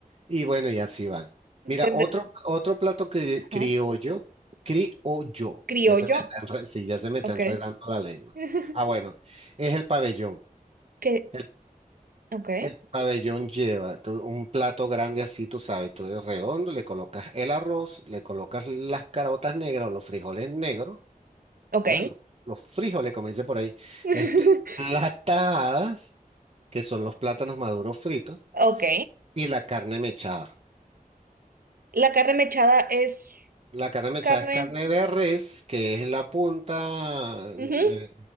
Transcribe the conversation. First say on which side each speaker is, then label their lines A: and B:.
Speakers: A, on the right; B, on the right.
A: Y bueno, y así van. Mira,
B: Entender.
A: otro, otro plato cri-
B: Ajá.
A: criollo, criollo,
B: Criollo.
A: ya se me está enre- sí, ya se me está
B: Ok.
A: enredando la lengua.
B: <laughs>
A: Ah, bueno, es el pabellón.
B: qué
A: El,
B: Ok.
A: el pabellón lleva tú- un plato grande así, tú sabes, tú eres redondo, le colocas el arroz, le colocas las carotas negras o los frijoles negros,
B: Ok.
A: ¿verdad? Los, los frijoles, como dice por ahí,
B: <laughs>
A: este, las tajadas. que son los plátanos maduros fritos,
B: Ok.
A: y la carne mechada.
B: La carne mechada es
A: La carne mechada
B: carne.
A: es carne de res, que es la punta,
B: ujú.
A: eh,